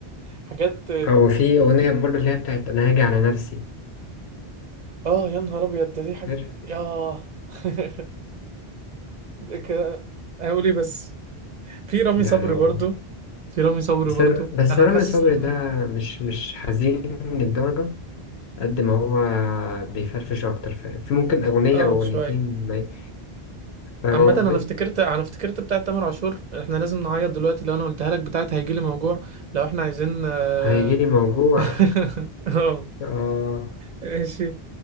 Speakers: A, on the right; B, on the left.
A: حاجات
B: او في اغنيه برضه اللي هي بتاعت انا هاجي على نفسي
A: اه يا نهار ابيض ده دي حاجه
B: فاكر؟
A: ياه <laughs> ك- هقول ايه بس في رامي
B: ده
A: صبري
B: لو
A: برضو في رامي صبري
B: بس
A: برضو
B: بس
A: انا
B: رامي
A: حاسس
B: صبري
A: ان احنا
B: ده مش مش حزين للدرجه قد ما هو بيفرفش اكتر ف- في ممكن اغنيه
A: اه
B: او
A: شويه
B: اغنيتين ما- ي- فاهم
A: عامة
B: قصدي
A: انا افتكرت انا افتكرت بتاعة تامر عاشور احنا لازم نعيط دلوقتي لو انا قلتها لك بتاعة هيجيلي موجوع لو احنا عايزين اه
B: هيجيلي موجوع
A: <laughs> آه،
B: اه
A: ماشي